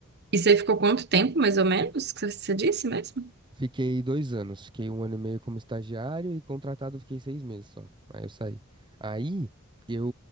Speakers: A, on the right; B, on the right.
A: E você ficou quanto tempo, mais ou menos, que você disse mesmo?
B: Fiquei dois anos, fiquei um ano e meio como estagiário e contratado fiquei seis meses só. Aí eu saí. Aí eu